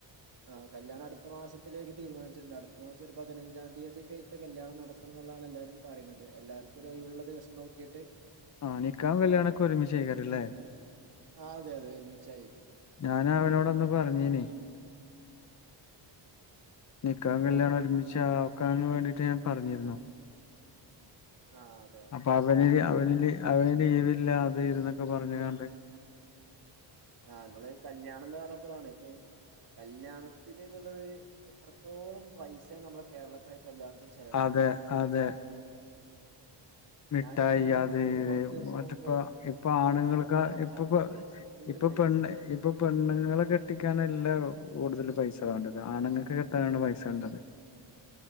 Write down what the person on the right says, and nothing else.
ആഹ് കല്ലിയാണം അടുത്ത മാസത്തിലേക്ക് തീരുമാനിച്ചിട്ടുണ്ട് അടുത്ത മാസം ഒരു പതിനഞ്ചാം തീയതി ഒക്കെ ആയിട്ട് കല്യാണം നട ത്തണം എന്നുള്ളതാണ് എല്ലാവരും പറയ്ണത് എല്ലാവർക്കും ഒരു ഒഴിവുള്ള ദിവസം നോക്കിയിട്ട്
ആഹ് അതെ അതെ ഒരുമിച്ചായിരിക്കും
ഓ
ആഹ്
ആഹ് നിങ്ങള് കല്യാണം എന്ന് പറഞ്ഞപ്പളാണ് ഇപ്പ കല്യാണത്തിന് എന്നുള്ളത് എത്രത്തോളം പൈസയാണ് നമ്മടെ കേരളക്കാർ കല്യാണത്തിന് ചെലവഴിക്കുന്നത്
ഞാനിപ്പോ ഞാന്
കൊറച്ച് ദിവസം
മുമ്പ്
ഞാൻ മ- മറ്റൊരു സംസ്ഥാനത്ത്
പോയി സിക്കിമില്
പോയിരുന്നു